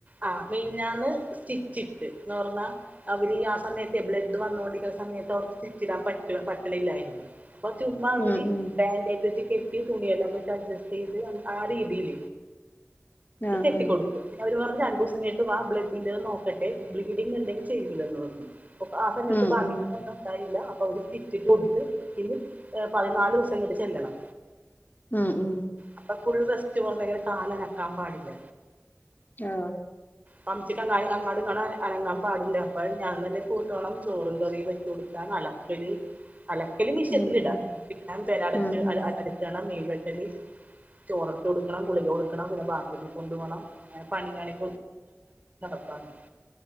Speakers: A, on the right (about 30°); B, on the left (about 40°).
A: ആഹ് മീനിഞ്ഞാന്ന് സ്റ്റിച്ചിട്ട് ന്ന് പറഞ്ഞാ. അവര് ആ സമയത്തെ ബ്ലഡ് വന്നോണ്ടിരിക്കുന്ന സമയത്ത് അവർക്ക് സ്‌റ്റിച്ചിടാൻ പറ്റ പറ്റണില്ലായിരുന്നു. അപ്പം ചുമ്മാ അവര്
B: ഉം ഉം
A: ബാന്റേജൊ ഒട്ടികെ ട്ടീ തുണിയെല്ലാം വച്ച് അഡ്ജസ്റ്റ് ചെയ്ത് ആ രീതിൽ
B: ആഹ്
A: കെട്ടി
B: ആഹ്
A: കൊടുത്തു. അവര് പറഞ് രണ്ട് ദിവസം കഴിഞ്ഞിട്ട് വാ ബ്ലഡിൻ്ത് നോക്കട്ടെ ബ്ലീഡിങ് ഇണ്ടെങ്കിൽ ചെയ്യൂലന്ന് പറഞ്ഞു. <unintelligible>
B: ഉം ഉം
A: തായില്ല അപ്പൊ അവര് സ്റ്റിച്ചിട്ട് കൊടുത്ത് പിന്ന പതിനാല് ദിവസംകഴിഞ്ഞ് ചെല്ലണം.
B: ഉം ഉം
A: അപ്പൊ ഫുൾ റെസ്റ്റ് പറഞ്ഞ് കാലനക്കാൻ പാടില്ല.
B: ആ
A: <unintelligible> അനങ്ങാൻ പാടില്ല അപ്പം ഞാൻ തന്നെ പോയിട്ട് വേണം ചോറും കറിയും വെച്ച് കൊടുക്കാൻ അലക്ക അലക്കല് അലക്കല് മിഷനത്തിലിടാ
B: ഉം ഉം
A: പിന്നെ പെര അടച്ച്
B: ഉം ഉം
A: അടച്ചണം മീൻ വെട്ടല്. ചോറടുത്ത് കൊടുക്കണം ഗുളിക കൊടുക്കണം പിന്നെ ബാത്റൂമിൽ കൊണ്ടു പോണം അങ്ങനെ പണിയണെ. <unintelligible>